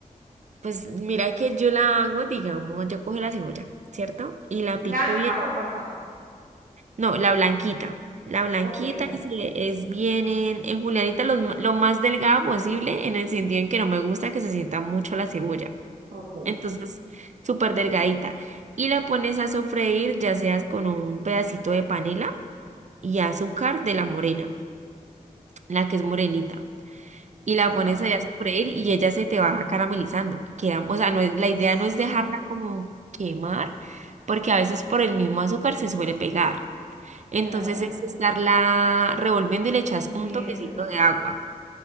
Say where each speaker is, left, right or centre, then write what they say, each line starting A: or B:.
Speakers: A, on the right; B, on the right.
A: Pues mira que yo la hago, digamos, yo cojo la cebolla, ¿cierto? Y la pico
B: ¿Blanca
A: bien.
B: o roja?
A: No, la blanquita. La blanquita
B: Ok, ok,
A: y se- es bien en, en julianita lo, m- lo más delgada posible en el sentido en que no me gusta que se sienta mucho la cebolla.
B: ok.
A: Entonces, súper delgadita. Y la pones a sofreír ya sea con un pedacito de panela y azúcar de la morena, la que es morenita. Y la
B: Ya,
A: pones
B: ya.
A: allá a sofreír y ella se te va caramelizando. Queda, o sea, no es, la idea
B: Sí,
A: no es dejarla como quemar, porque a veces por el mismo azúcar se suele pegar. Entonces
B: ya, ya.
A: es estarla revolviendo y le echas
B: Moviéndola.
A: un toquecito de agua,